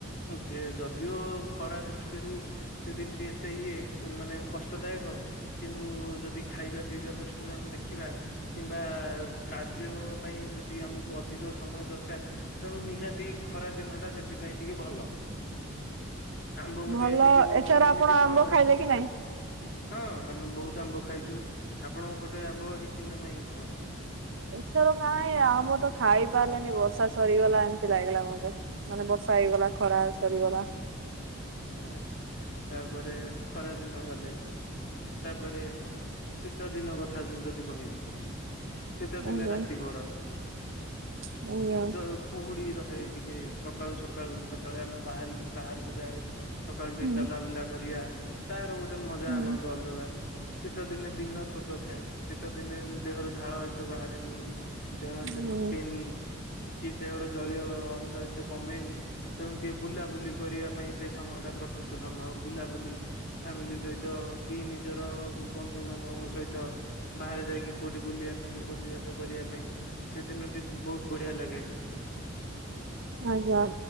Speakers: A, on the left; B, on the right.
A: ଯେ ଯଦିଓ ଖରା ଦୃଷ୍ଟିରୁ ସେ ଦିନଟି ଏତେ ଇଏ ମାନେ କଷ୍ଟଦାୟକ କିନ୍ତୁ ଯଦି ଖାଇବା ପିଇବା ଦୃଷ୍ଟିରୁ ଆମେ ଦେଖିବା କିମ୍ବା କାର୍ଯ୍ୟ ପାଇଁ ଯଦି ଆମକୁ ଅଧିକ ସମୟ ଦରକାର ତେଣୁ ନିହାତି ଖରା ଦିନ ଟା ସେଥିପାଇଁ ଟିକେ ଭଲ। ଆମ୍ବ ଗୋଟେ
B: ଭଲ
A: ଏମିତି ବ
B: ଏଥର
A: ଏମିତି
B: ଆପଣ ଆମ୍ବ
A: ଫଳ
B: ଖାଇଲେ କି ନାଇଁ?
A: ହଁ ଆମେ ବହୁତ ଆମ୍ବ ଖାଇଛୁ ଆପଣଙ୍କ ପଟେ ଆମ୍ବ ହେଇଛି ନା ନାଇଁ ଏଥର କ
B: ଏଥର କାହିଁ ଆମର ତ ଖାଇ ପାରିଲେନି ବର୍ଷା ସରିଗଲାଣି। ଲାଗିଲା ମତେ ମାନେ ବର୍ଷା ହେଇଗଲା ଖରା ସରିଗଲା।
A: ଆଚ୍ଛା ତାପରେ ଖରା ଦିନ ଗଲେ ତାପରେ ଶୀତଦିନ କଥା ମୁଁ ଯଦି କହିବି ଶୀତଦିନେ
B: ଆଜ୍ଞା
A: ରାତି ବଡ
B: ଆଜ୍ଞା
A: ଜଉ କୁହୁଡି ରହେ ଟିକେ ସକାଳୁ ସକାଳୁ ଯେତେବେଳେ ଆମେ ବାହାରିକି ବାହାରକୁ ଯାଏ ସକାଳୁ ଟିକେ
B: ହୁଁ
A: ଚଲାବୁଲା କରିବା ତାର ଗୋଟେ ମଜା
B: ହୁଁ
A: ଆନନ୍ଦ ଅଲଗା। ଶୀତଦିନେ ଦିନ ଛୋଟ ଥାଏ ଶୀତଦିନେ ଦେହରୁ ଝାଳ ଏତେ ବାହାରେନି। ଦେହ ଏତେ
B: ହୁଁ
A: ଥକେନି। କି ଦେହରୁ ଜଳୀୟ ଅଂଶ ଏତେ କମେନି ତେଣୁ ଟିକେ ବୁଲାବୁଲି କରିବା ପାଇଁ ସେ ସମୟ ଟା ପ୍ରକୃଷ୍ଟ ସମୟ ବୁଲାବୁଲି ଫ୍ୟାମିଲି ସହିତ କି ନିଜର ବନ୍ଧୁ ବାନ୍ଧବଙ୍କ ସହିତ ବାହାରେ ଯାଇକି କୋଉଠି ବୁଲିବା ପାଇଁ ଭୋଜି ଭାତ କରିବା ପାଇଁ ସେ ଦିନଟି ବହୁତ ବଢିଆ ଲାଗେ।
B: ଆଜ୍ଞା